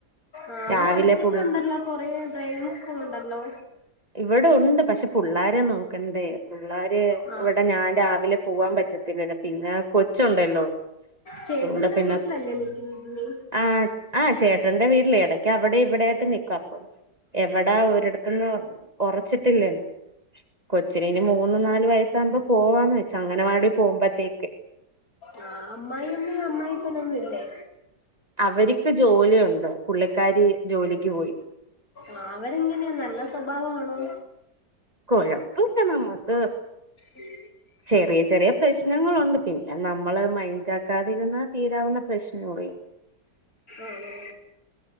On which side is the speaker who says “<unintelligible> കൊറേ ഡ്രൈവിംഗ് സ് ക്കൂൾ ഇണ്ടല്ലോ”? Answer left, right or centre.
Left